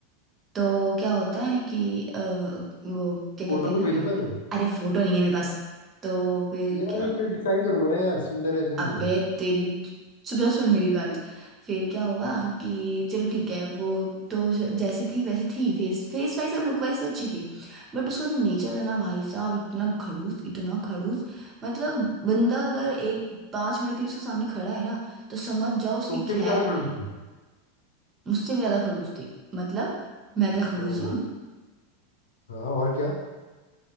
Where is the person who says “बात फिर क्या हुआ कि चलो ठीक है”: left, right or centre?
Right